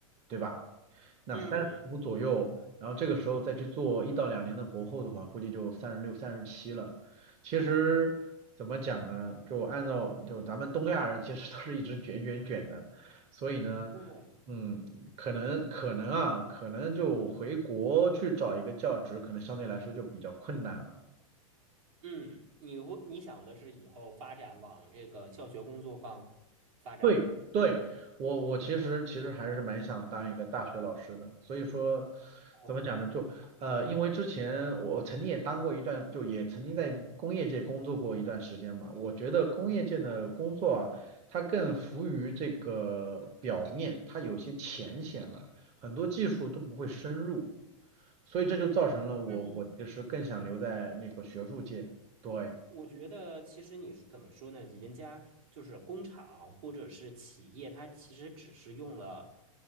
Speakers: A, on the right; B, on the right.
A: 对吧？那三十五左右，
B: 嗯
A: 然后这个时候再去做一到两年的博后的话，估计就三十六、三十七了。其实怎么讲呢？就按照就咱们东亚人其实都是一直卷卷卷的，所以呢，
B: 对，
A: 嗯，可能可能啊，可能就回国去找一个教职，可能相对来说就比较困难了。
B: 嗯，你会你想的是以后发展往这个教学工作方发展？
A: 对对，我我其实其实还是蛮想当一个大学老师的，所以说
B: 哦，
A: 怎么讲呢？就呃，因为之前我曾经也当过一段，就也曾经在工业界工作过一段时间嘛。我觉得工业界的工作啊，
B: 嗯
A: 它更浮于这个表面，它有些浅显了，很多技术都不会深入，所以这就造成了我我其实更想留在那个学术界。
B: 嗯，
A: 对
B: 我觉得其实你是怎么说呢？人家就是工厂或者是企业，它其实只是用了